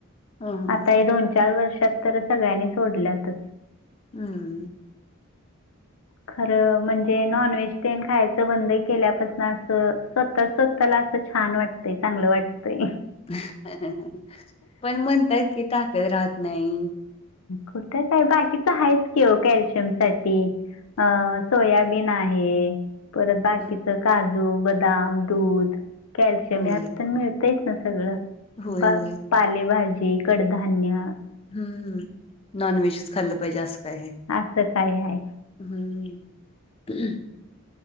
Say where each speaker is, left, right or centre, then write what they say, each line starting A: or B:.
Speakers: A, on the left; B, on the left.
A: ह
B: आता दोन चार वर्षात तर सगळ्यांनी सोडलतर.
A: हम्म.
B: खरं म्हणजे नॉनव्हेज ते खायचं बंद केल्यापासून असं स्व त स्वतला असं छान वाटतंय चांगलं वाटतय.
A: <unintelligible> पण म्हणताये की ताकत राहत नाही.
B: कुठं का आहे बाकीच आहेच की ओ कॅल्शियम साठी अ सोयाबीन आहे. परत बाकीच
A: हं,
B: काजू बदाम दूध कॅल्शियम
A: होय
B: यात पण मिळत. च ना सगळं
A: होय
B: प
A: होय.
B: पालेभाजी कडधान्य
A: हम्म नॉन व्हेजच खाल्लं पाहिजे असं काय आहे.
B: असं काय आहे.
A: हम्म. <unintelligible>